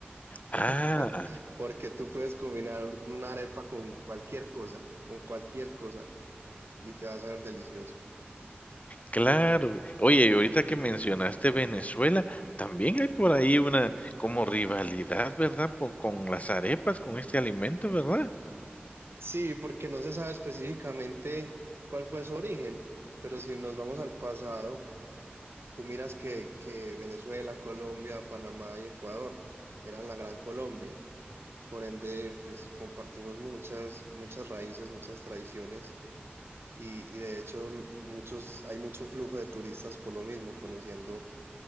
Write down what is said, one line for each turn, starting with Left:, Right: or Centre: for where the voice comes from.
Left: Ah,
Right: <laughs> porque tú puedes combinar una arepa con cualquier cosa, con cualquier cosa y te va a saber delicioso.
Left: claro. Oye, y ahorita que mencionaste Venezuela, también hay por ahí una como rivalidad, ¿verdad? Po- con las arepas, con este alimento, ¿verdad?
Right: Sí, porque no se sabe específicamente cuál fue su origen, pero si nos vamos al pasado, tú miras que, que Venezuela, Colombia, Panamá y Ecuador eran la Gran Colombia. Por ende, pues compartimos muchas, muchas raíces, muchas tradiciones y, y de hecho muchos, hay mucho flujo de turistas por lo mismo, conociendo